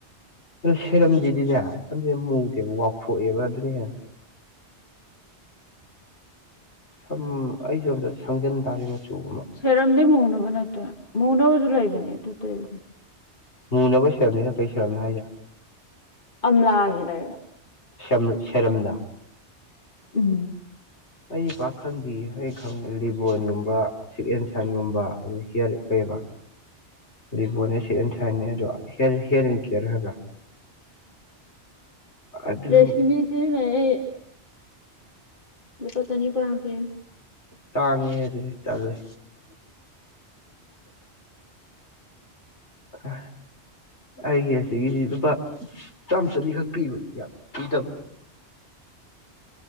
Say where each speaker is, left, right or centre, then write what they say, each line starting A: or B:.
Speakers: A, on the left; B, on the left.
A: ꯑꯗꯨꯗ ꯁꯦꯔꯝꯁꯤꯗꯤꯅꯦ ꯁꯝꯁꯤ ꯃꯨꯗꯦꯕ ꯋꯥꯎꯊꯣꯛꯑꯦꯕ ꯑꯗꯨꯅ ꯍꯦꯟꯅꯥ ꯁꯝ ꯑꯩꯁꯨ ꯑꯝꯇ ꯁꯪꯖꯤꯟ ꯇꯥꯔꯦ ꯃꯆꯨ ꯑꯃ
B: ꯁꯦꯔꯝꯗꯤ ꯃꯨꯅꯕ ꯅꯠꯇꯦ ꯃꯨꯅꯕꯁꯨ ꯂꯩꯕꯅꯦ ꯑꯗꯨ ꯇꯩꯩꯎ
A: ꯃꯨꯅꯕꯨ ꯁꯦꯔꯝꯁꯤꯅ ꯀꯩ ꯁꯦꯔꯝꯅꯣ ꯍꯥꯏꯖꯦ
B: ꯑꯝꯂꯥꯒꯤ ꯂꯩꯔ
A: ꯁꯦꯝ ꯁꯦꯔꯝꯗꯥ
B: ꯎꯝ
A: ꯑꯩꯗꯤ ꯄꯥꯛꯈꯪꯗꯤ ꯑꯩꯈꯪ ꯂꯤꯕꯣꯟꯒꯨꯝꯕ ꯁꯤꯛ ꯑꯦꯟ ꯁꯥꯏꯟꯒꯨꯝꯕ ꯑꯩ ꯍꯤꯌꯔ ꯀꯩꯏꯕ ꯂꯤꯕꯣꯟꯅꯦ ꯁꯤꯛ ꯑꯟꯗ ꯁꯥꯟꯅꯦ ꯑꯗꯣ ꯍꯤꯌꯔ ꯑꯦꯟ ꯀꯦꯔ ꯍꯥꯏꯕ꯭ꯔꯥ ꯑꯗꯨ
B: ꯇ꯭ꯔꯦꯁꯁꯤꯝꯃꯦ ꯁꯤꯖꯤꯟꯅꯩ ꯑꯩ ꯂꯨꯄꯥ ꯆꯅꯤꯄꯥꯟꯄꯤ
A: ꯇꯥꯡꯉꯤꯍꯦ ꯑꯗꯨꯗꯤ ꯇꯜꯂꯦ ꯑ <unintelligible> ꯑꯩꯒꯤ ꯑꯁꯤꯒꯤꯁꯤ ꯂꯨꯄꯥ ꯆꯥꯝꯃ ꯆꯅꯤꯈꯛ ꯄꯤꯕꯅꯦ ꯌꯥꯝ ꯄꯤꯗꯕꯅꯤ